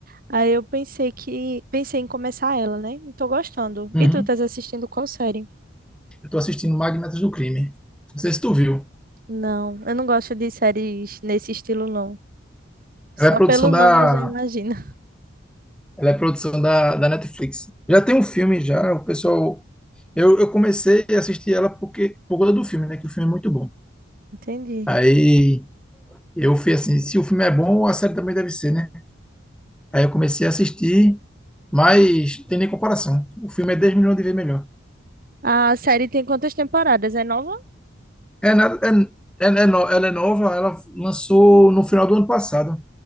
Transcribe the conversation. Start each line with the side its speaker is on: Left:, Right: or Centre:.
Right: aí eu pensei que pensei em começar ela, né? E tô gostando.
Centre: Uhum.
Right: E tu estás assistindo qual série?
Centre: Eu tô assistindo Magnatas do Crime. Não sei se tu viu.
Right: Não, eu não gosto de séries nesse estilo, não. Só
Centre: Ela é produção
Right: pelo
Centre: da,
Right: nome eu já imagino.
Centre: ela é produção da, da Netflix. Já tem um filme já, o pessoal. Eu, eu comecei a assistir ela porque por conta do filme, né? Que o filme é muito bom.
Right: <laughs> Entendi.
Centre: Aí eu fui assim, se o filme é bom, a série também deve ser, né? Aí eu comecei a assistir, mas tem nem comparação. O filme é 10 milhões de vezes melhor.
Right: A série tem quantas temporadas? É nova?
Centre: É nada, é, é, é no- ela é nova, ela lançou no final do ano passado.